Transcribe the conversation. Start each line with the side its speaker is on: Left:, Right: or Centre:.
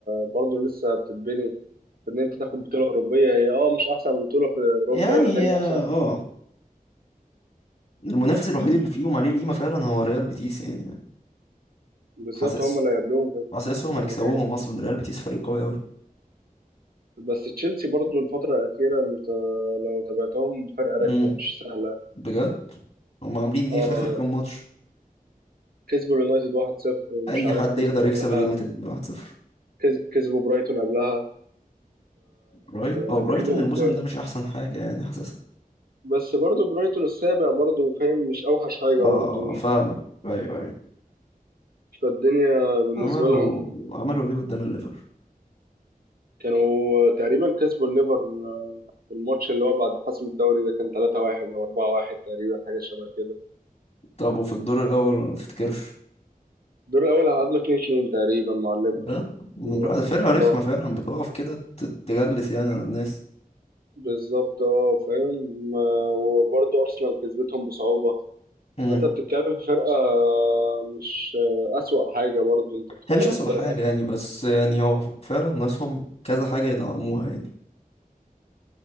Right: برضه لسه بتتبني ان انت تاخد بطوله اوروبيه هي اه مش احسن بطوله في اوروبا
Left: يعني
Right: ولا تاني
Left: اه
Right: احسن
Left: آه. المنافس الوحيد اللي فيهم عليه القيمة فعلا هو ريال بيتيس يعني
Right: بالظبط
Left: حاسس
Right: هم اللي هيقابلوهم في
Left: حاسسهم
Right: في
Left: هيكسبوهم
Right: النهائي
Left: أصلا ريال بيتيس فريق قوي أوي
Right: بس تشيلسي برضه الفتره الاخيره انت لو تابعتهم فرقه رخمه
Left: امم
Right: مش سهله
Left: بجد هم عاملين ايه
Right: اه آه،
Left: في آخر كام ماتش
Right: كسبوا اليونايتد 1-0 ومش
Left: أي
Right: عارف
Left: حد
Right: كسبوا
Left: يقدر يكسب
Right: قبلها
Left: اليونايتد من 1-0
Right: كز- كسبوا برايتون قبلها
Left: برايت هو
Right: فنتائجهم
Left: برايتون الموسم
Right: كويس
Left: ده مش أحسن حاجة يعني حاسسها
Right: بس برضه برايتون السابع برضه فاهم مش اوحش حاجه
Left: اه
Right: برضه
Left: آه، فاهمك أيوه أيوه
Right: فالدنيا بالنسبة
Left: عملوا
Right: لهم
Left: عملوا ايه قدام الليفر
Right: كانوا تقريبا كسبوا الليفر آه، في الماتش اللي هو بعد حسم الدوري ده كان 3-1 أو 4-1 تقريبا حاجة شبه كده
Left: طب وفي الدور الأول ولا ما تفتكرش
Right: الدور الأول هعادلوا 2-2 تقريبا مع الليفر
Left: لا لا
Right: و-
Left: ده فرقة
Right: اه
Left: رخمة فعلا بتقف كده ت- تجلس يعني على الناس
Right: بالظبط اه فاهم آه، وبرضه أرسنال كسبتهم بصعوبة
Left: مم.
Right: فأنت بتتكلم في فرقة آه، مش آه، أسوأ حاجة برضه أنت بتتكلم
Left: هي مش أسوأ
Right: في فرقة
Left: حاجة يعني بس يعني هو فعلا ناسهم كذا حاجة يدعموها يعني